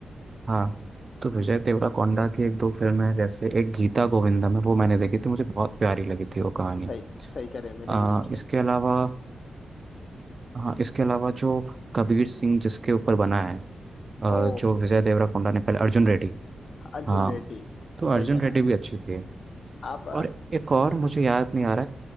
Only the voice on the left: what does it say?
हम्म,
सही सही कह रहे हैं मैंने
भी देखी
है
ओ
अर्जुन
रेड्डी
सही कह रहे
हैं
आप